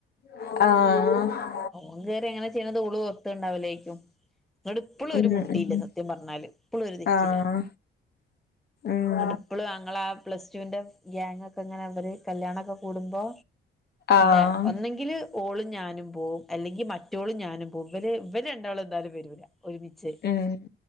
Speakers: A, on the left (about 55°); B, in the centre.
A: ആഹ്
B: ഓന് <unintelligible> ഇങ്ങനെ ചെയ്യണത് ഓള് ഓ ഉണ്ടാവില്ലേക്കും ഇങ്ങട്ട് ഇപ്പളും
A: ഉം
B: ഒരു മുണ്ടില്ല
A: ഉം
B: സത്യം പറഞ്ഞാല് ഇപ്പളും ഒര് തെറ്റില്ല
A: ആഹ് ഉം
B: ഇന്നട്ട് ഇപ്പളും അങ്ങള ആഹ് പ്ലസ്ടുന്റെ കേങ് ഒക്കെ ഇങ്ങനെ അവര് കല്യാണക്കെ കൂടുമ്പോ
A: ആഹ്
B: ഞാ ഒന്നെങ്കില് ഓളും ഞാനും പോവും അല്ലെങ്കിൽ മറ്റോളും ഞാനും പോവും ഇവര് ഇവര് രണ്ടാളും എന്താലും വരൂല്ല ഒരു മി ച്ച്
A: ഉം